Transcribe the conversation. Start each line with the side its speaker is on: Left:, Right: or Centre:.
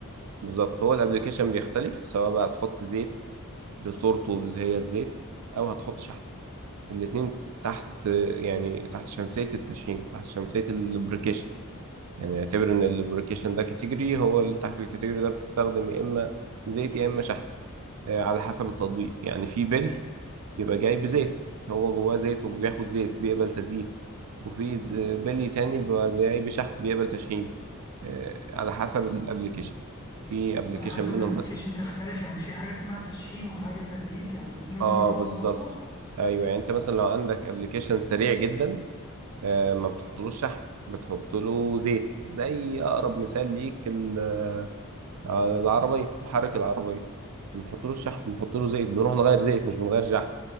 Right: بالظبط هو الابلكيشن بيختلف سواء بقى هتحط زيت بصورته اللي هي الزيت او هتحط شحم الاتنين تحت يعني تحت شمسيه التشحيم تحت شمسيه اللوبريكيشن يعني اعتبر ان اللوبريكيشن ده كاتيجوري هو اللي تحت الكاتيجوري ده بتستخدم يا اما زيت يا اما شحم آه، على حسب التطبيق يعني في بلي بيبقى جاي بزيت هو جواه زيت وبياخد زيت بيقبل تزييت وفي ز- بلي تاني بيبقى جاي بشحم بيقبل تشحيم آه، على حسب الابليكيشن في ابليكيشن
Left: على حسب
Right: منهم
Left: الابلكيشن
Right: مثلا
Left: بتختلف يعني في حاجة اسمها تشحيم وحاجة تزييت يعني الاتنين
Right: اه
Left: غير بعض
Right: بالظبط
Left: أصلا
Right: ايوه يعني انت مثلا لو عندك ابليكيشن سريع جدا آه، ما بتحطلوش شحم بتحط له زيت زي اقرب مثال ليك ال- آه، العربيه محرك العربيه بنحط له الشحم بنحط له زيت بنروح نغير زيت مش بنغير شحم